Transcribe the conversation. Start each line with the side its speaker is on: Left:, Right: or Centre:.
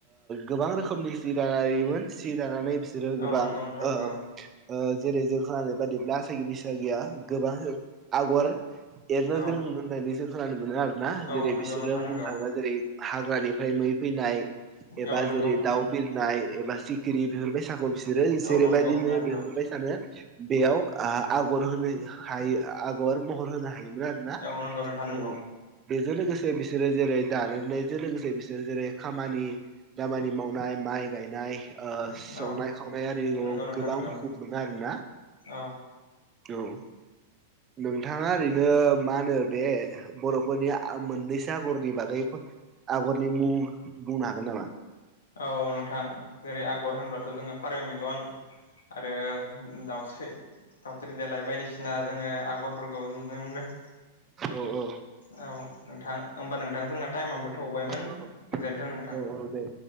Right: गोबां रोखोमनि सि दायोमोन सि दानानै बिसोरो गोबां
Left: औ नंगौ नोंथां नंगौ
Right: ओ जेरै जों खोनानाय बादिब्ला आसागि बैसागिया गोबां आगर एरनो
Left: औ
Right: गोरों होननानै जों खोनानो मोनो आरोना
Left: औ
Right: जेरै
Left: नंगौ
Right: बिसोरो
Left: नोंथां नंगौ
Right: बुंनो थाङोबा जेरै हाग्रानिफ्राय मै फैनाय एबा
Left: औ नंगौ
Right: जेरै
Left: नोंथां
Right: दाउ बिरनाय एबा सिखिरि बिहरबायसाखौ बिसोरो जेरैबायदि
Left: औ नंगौ नोंथां
Right: नुयो
Left: नंगौ
Right: बिहरबाय सानो बेयाव आ आगर होनो हायो आगर महर होनो हायो मोन आरोना
Left: औ नंगौ नोंथां नंगौ
Right: औ बेजों लोगोसे बिसोरो जेरै दानायनायजों लोगोसे बिसोर जेरै खामानि दामानि मावनाय माइ गायनाय ओ
Left: औ
Right: संनाय-खावनाय आरि
Left: नंगौ नोंथां
Right: गोबां
Left: नंगौ
Right: मुखुब मोनो आरोना
Left: औ
Right: औ नोंथाङा ओरैनो मा होनो बे बर'फोरनि मोननैसो आगरनि बागै आगरनि मुं बुंनो हागोन नामा?
Left: औ नोंथां जेरै आगर होनब्लाथ' जोङो फारौ मेगन आरो दाउस्रि दाउस्रि देलाय बायदिसिना जोङो आगरफोरखौ नुनो मोनो
Right: औ औ
Left: औ नोंथां ओमबा नोंथां जोंना टाइमाबो थौबायमोन
Right: औ
Left: गोजोनथों नोंथां
Right: औ औ दे